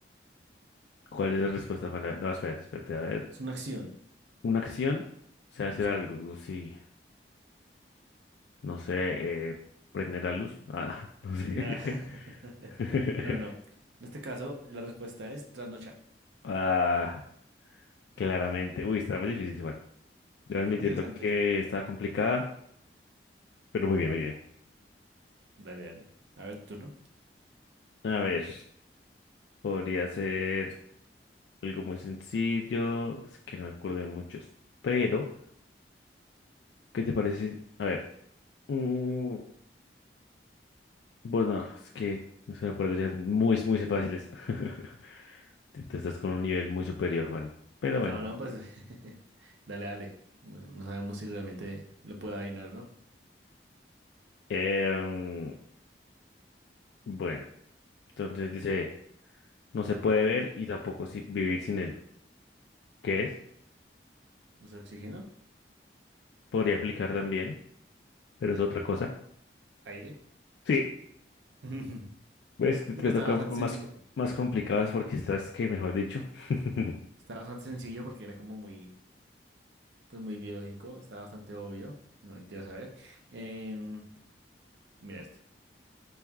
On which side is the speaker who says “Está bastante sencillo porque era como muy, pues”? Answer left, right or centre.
Right